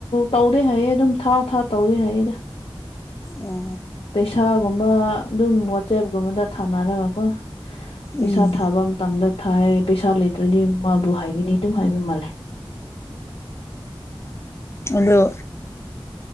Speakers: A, on the left (about 80°); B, on the left (about 30°).
A: ꯇꯧꯗꯦ ꯍꯥꯏꯌꯦ ꯑꯗꯨꯝ ꯊꯥ ꯊꯥ ꯇꯧꯔꯦ ꯍꯥꯏꯌꯦꯗ
B: ꯑꯣ
A: ꯄꯩꯁꯥꯒꯨꯝꯕ ꯑꯗꯨꯝ ꯋꯥꯆꯦꯞꯀꯨꯝꯕꯗ ꯊꯥꯅꯔꯒꯀꯣ ꯄꯩꯁꯥ
B: ꯎꯝ
A: ꯊꯥꯕ ꯃꯇꯝꯗ ꯊꯥꯏ ꯄꯩꯁꯥ ꯂꯩꯇ꯭ꯔꯗꯤ ꯃꯥꯕꯨ ꯍꯥꯏꯒꯅꯤ ꯑꯗꯨꯝ ꯍꯥꯏꯕ ꯃꯥꯜꯂꯦ
B: ꯎꯝ ꯑꯗꯣ